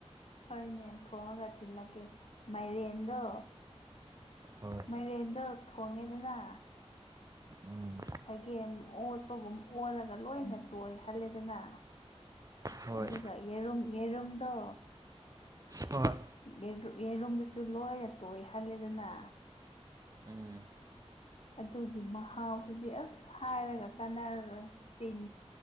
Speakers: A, on the left (about 65°); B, on the right (about 30°).
A: ꯍꯣꯏꯅꯦ ꯊꯣꯡꯉꯒ ꯊꯤꯜꯂꯛꯀꯦ ꯃꯥꯏꯔꯦꯟꯗꯣ
B: ꯍꯣꯏ
A: ꯃꯥꯏꯔꯦꯟꯗꯣ ꯊꯣꯡꯉꯦꯗꯅ
B: ꯎꯝ
A: ꯁꯒꯦꯝ ꯑꯣꯠꯄꯒꯨꯝ ꯑꯣꯜꯂꯒ ꯂꯣꯏꯅ ꯇꯣꯏꯍꯜꯂꯦꯗꯅ
B: ꯍꯣꯏ
A: ꯑꯗꯨꯒ ꯌꯦꯔꯨꯝ-ꯌꯦꯔꯨꯝꯗꯣ
B: ꯍꯣꯏ
A: ꯌꯦꯔꯨꯝ-ꯌꯦꯔꯨꯝꯁꯨ ꯂꯣꯏꯅ ꯇꯣꯏꯍꯜꯂꯦꯗꯅ
B: ꯎꯝ
A: ꯑꯗꯨꯒꯤ ꯃꯍꯥꯎꯁꯤꯗꯤ ꯑꯁ ꯍꯥꯏꯔꯒ ꯀꯥꯟꯅꯔꯔꯣꯏ ꯇꯤꯟ